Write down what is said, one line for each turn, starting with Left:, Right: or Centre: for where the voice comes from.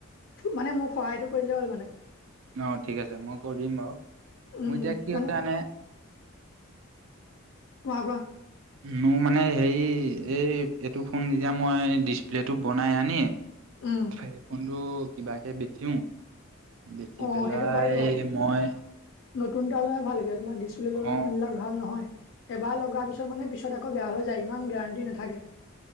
Left: মানে মোক সহায়টো কৰিলে হ'ল মানে
Right: অঁ ঠিক আছে মই কৰি দিম বাৰু
Left: উম
Right: মোৰ এতিয়া কি
Left: মানে
Right: হৈছে এনে
Left: কোৱা কোৱা।
Right: মোৰ মানে হেৰি এই এইটো ফোন এতিয়া মই ডিচপ্লেটো বনাই আনি
Left: উম
Right: সেইফোনটো কিবাকে বেচিও বেচি
Left: অঁ
Right: পেলাই
Left: সেইটো পাৰিব
Right: মই
Left: নতুন এটা লাই ভালকে তোমাৰ ডিচপ্লে লগাই
Right: অ
Left: ফোন বিলাক ভাল নহয় এবাৰ লগাৰ পিছত মানে পিছত আকৌ বেয়া হৈ যায় ইমান গেৰাণ্টি নাথাকে